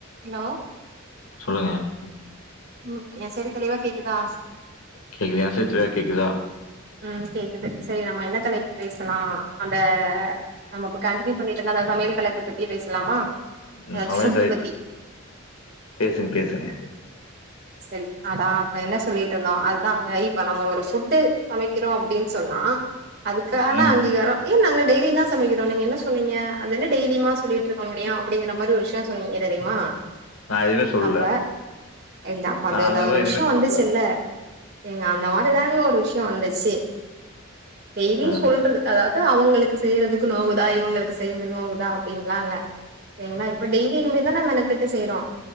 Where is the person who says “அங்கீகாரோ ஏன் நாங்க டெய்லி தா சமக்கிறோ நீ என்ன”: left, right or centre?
Right